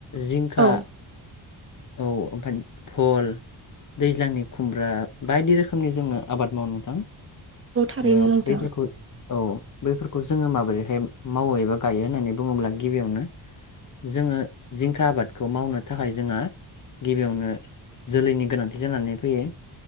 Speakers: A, on the left; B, on the right.
A: जिं खा
B: औ
A: औ ओमफाय फल दैज्लांनि खुमब्रा बायदि रोखोमनि जोङो आबाद मावो नोंथां।
B: थारैनो
A: औ
B: नोंथां
A: बैफोरखौ औ बेफोरखौ जोङो माबोरैहाय मावो एबा गायो होननानै बुङोब्ला गिबियावनो जोङो जिंखा आबादखौ मावनो थाखाय जोंहा गिबियावनो जोलैनि गोनांथि जानानै फैयो।